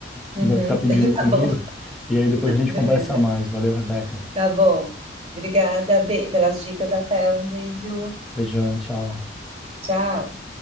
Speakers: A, on the right (about 35°); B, in the centre.
A: Uhum.
B: Deve estar pedindo
A: <laughs>
B: comida.
A: Tá bom.
B: E aí depois a gente
A: Beleza.
B: conversa mais. Valeu, Rebeca.
A: Tá bom. Obrigada, Bê, pelas dicas, Rafael. Um beijo.
B: Beijão, tchau.
A: Tchau.